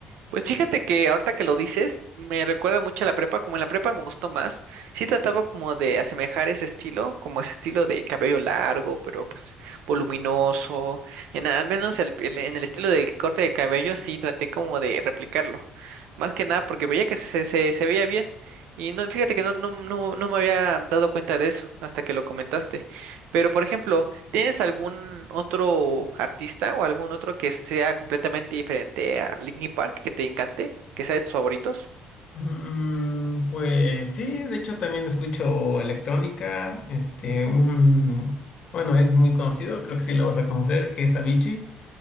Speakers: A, on the right; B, on the left.
A: Pues fíjate que ahorita que lo dices, me recuerda mucho a la prepa, como en la prepa me gustó más. Sí trataba como de asemejar ese estilo, como ese estilo de cabello largo, pero pues voluminoso. En al menos el- el- en el estilo de corte de cabello sí traté como de replicarlo. Más que nada porque veía que se, se, se veía bien. Y no, fíjate que no, no, no, no me había dado cuenta de eso hasta que lo comentaste. Pero por ejemplo, ¿Tienes algún otro artista o algún otro que sea completamente diferente a Linkin Park que te encante, que sea de tus favoritos?
B: Mm, pues sí, de hecho también escucho electrónica, este, un, bueno, es muy conocido, creo que sí lo vas a conocer, que es Avicii,